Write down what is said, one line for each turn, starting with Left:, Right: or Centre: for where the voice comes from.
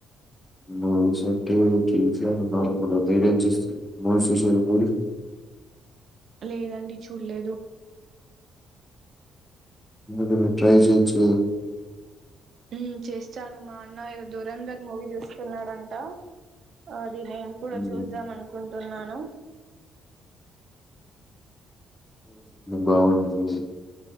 Left: మూవీస్ అంటే కే జి <inaudible> మీరేం చూస్తే మూవీస్ చూశారు మరి
Right: లేదండి చూడ్లేదు
Left: ఎందుకు నువ్ ట్రై చేయచ్చు గద
Right: మ్మ్ చేస్తాను మా అన్న దూరంధర్ మూవీ చూస్తున్నాడంట అది నేను కూడా
Left: హ్మ్.
Right: చూద్దాం అనుకుంటున్నాను
Left: బాగుంటంది